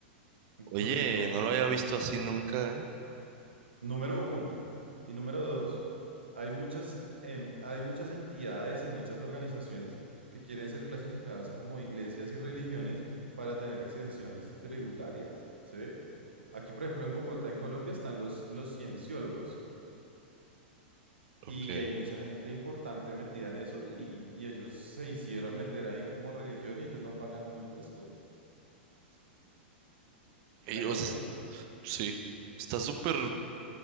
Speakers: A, on the right (about 80°); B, on the right (about 45°).
A: Entonces,
B: Oye,
A: no.
B: no lo había visto así nunca, ¿eh?
A: Número uno. Y número dos, hay muchas, em, hay muchas entidades y muchas organizaciones que quieren ser clasificadas como iglesias y religiones para tener exenciones tributarias, ¿sí? Aquí, por ejemplo, en Bogotá, en Colombia, están los, los cienciólogos y
B: Ok.
A: hay mucha gente importante metida en eso y, y ellos se hicieron meter ahí como religión y ellos no pagan un impuesto.
B: Ey,
A: Negocio,
B: o sea, s-
A: ¿no?
B: sí, está súper...